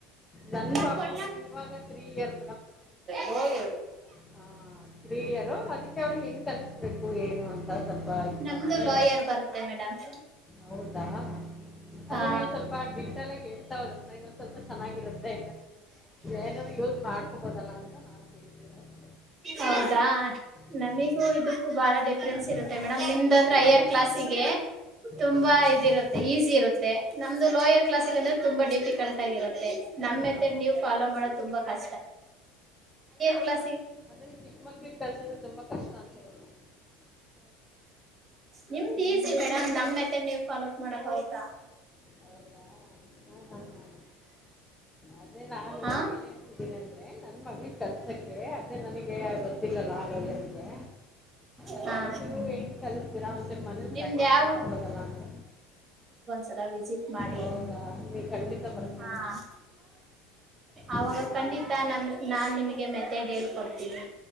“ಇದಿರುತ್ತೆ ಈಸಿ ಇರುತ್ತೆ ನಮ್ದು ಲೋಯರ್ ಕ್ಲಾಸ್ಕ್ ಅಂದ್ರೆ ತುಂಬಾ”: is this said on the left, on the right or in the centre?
Right